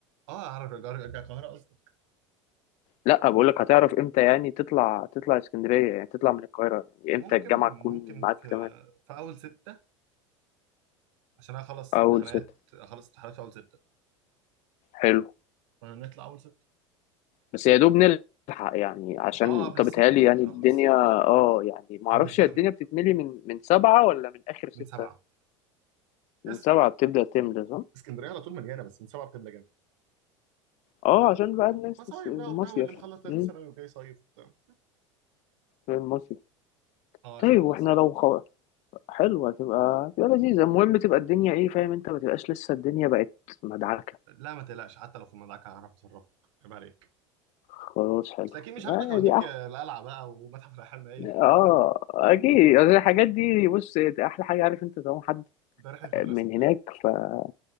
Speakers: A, on the right (about 70°); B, on the left (about 45°).
A: اه اعرف ارجع ارجع القاهره قصدي
B: لا بقول لك هتعرف امتى يعني تطلع تطلع اسكندرية يعني تطلع من القاهرة يعني
A: ممكن
B: امتى الجامعة تكون
A: ممكن
B: معاك
A: في
B: تمام
A: في اول سته عشان انا اخلص
B: اول
A: امتحانات
B: ستة
A: اخلص امتحانات في اول سته
B: حلو
A: فنطلع اول سته
B: بس يا دوب نلحق يعني عشان
A: اه قبل
B: طب
A: الصيف
B: بيتهيألي يعني الدنيا
A: قبل الصيف
B: اه يعني معرفش
A: قبل الزحمه
B: هي الدنيا بتتملي من من سبعة ولا من آخر ستة
A: من سبعه
B: من
A: اس
B: سبعة بتبدأ تملى صح؟
A: اسكندريه على طول مليانه بس من سبعه بتملى جامد
B: اه عشان بقى الناس
A: مصايف
B: تس- المصيف
A: بقى وبتاع واللي مخلص ثالث
B: مم،
A: سنه وجاي صيف وبتاع
B: في المصيف
A: اه عشان
B: طيب واحنا
A: مصيف
B: لو خو... حلوة هتبقى هتبقى لذيذة المهم تبقى الدنيا ايه فاهم انت ما تبقاش لسه الدنيا بقت مدعكة
A: لا ما تقلقش حتى لو في المدعكه هعرف اتصرف عيب عليك
B: خلاص حلو
A: بس اكيد مش هاخدك
B: آه
A: اوديك
B: دي احلى
A: آه، القلعه بقى ومتحف الاحلام ايه
B: اه اكيد يعني الحاجات دي بص احلى حاجة عارف انت طالما حد
A: ده رحله مدرسه
B: من هناك فا